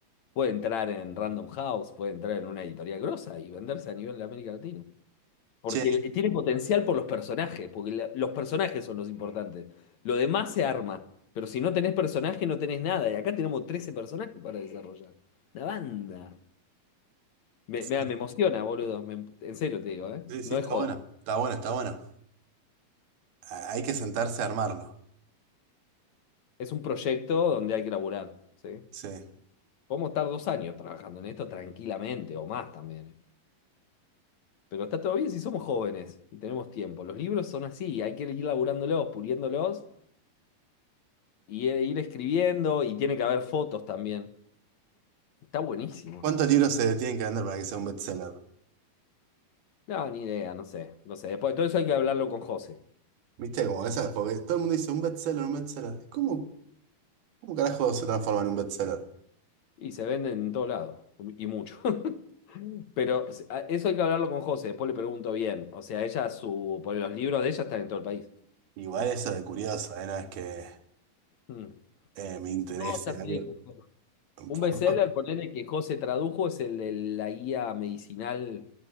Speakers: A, on the left; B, on the right.
A: Puede entrar en Random House, puede entrar en una editorial grosa y venderse a nivel de América Latina. Porque
B: Che,
A: el- tiene potencial por los personajes, porque la- los personajes son los importantes. Lo demás se arma, pero si no tenés personaje no tenés nada. Y acá tenemos 13 personajes para desarrollar. Una banda. Me,
B: sí,
A: me, me emociona, boludo. Me- en serio te digo, ¿eh?
B: sí,
A: No
B: está
A: es joda.
B: bueno, está bueno, está bueno. Ah, Hay que sentarse a armarlo.
A: Es un proyecto donde hay que laburar, ¿sí?
B: Sí.
A: Podemos estar dos años trabajando en esto tranquilamente, o más también. ¿eh? Pero está todo bien si somos jóvenes y tenemos tiempo. Los libros son así, hay que ir laburándolos, puliéndolos y ir ir escribiendo y tiene que haber fotos también. Está buenísimo.
B: ¿Cuántos libros se tienen que vender para que sea un bestseller?
A: No, ni idea, no sé, no sé. Después de todo eso hay que hablarlo con José.
B: Viste, como esas, porque todo el mundo dice un bestseller, un bestseller. ¿Cómo, cómo carajo se transforma en un bestseller?
A: Y se venden en todo lado, y mucho. <laughs> Pero o sea, eso hay que hablarlo con José, después le pregunto bien. O sea, ella, su, por los libros de ella están en todo el país.
B: Igual eso de curioso, ¿eh? No es que
A: Mm.
B: eh, me interese
A: No, ya sé,
B: algo.
A: ya sé.
B: Justo,
A: Un bestseller, ponele que José tradujo, es el de la guía medicinal,